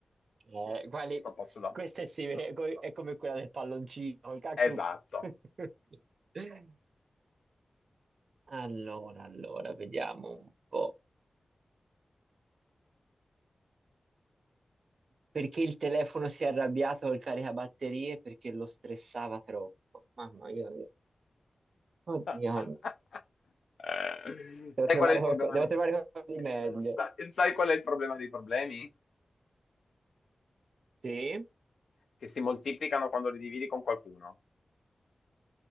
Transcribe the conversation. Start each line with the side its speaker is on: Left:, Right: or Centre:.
Right: Eh, quali...
Left: Sempre un po' sulla
Right: Questa è, simile-
Left: su
Right: co- è come quella del palloncino, il cactus.
Left: esatto.
Right: <laughs> Allora, allora, vediamo un po'. Perché il telefono si è arrabbiato col caricabatterie? Perché lo stressava troppo. Mamma mia. Oddio.
Left: <laughs> Eh,
Right: Devo
Left: Sai
Right: trovare
Left: qual è il
Right: qualco-
Left: problema
Right: devo
Left: de
Right: trovare qualcosa di meglio.
Left: ehm, sa sai qual è il problema dei problemi?
Right: Sì?
Left: Che si moltiplicano quando li dividi con qualcuno.